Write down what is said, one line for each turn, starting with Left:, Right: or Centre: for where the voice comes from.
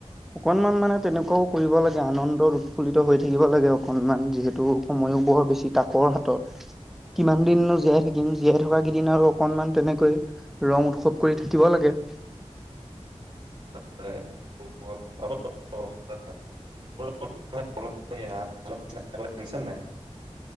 Centre: অকনমান মানে তেনেকুৱাও কৰিব লাগে আনন্দৰ উৎফুল্লিত হৈ থাকিব লাগে অকনমান যিহেতু সময়ো বৰ বেছি তাকৰ হাতত। কিমান দিন জীয়াই থাকিম জীয়াই থকা কেইদিন আৰু অকনমান তেনেকৈ। ৰং উৎসৱ কৰি থাকিব লাগে।
Right: <unintelligible> <unintelligible> নাই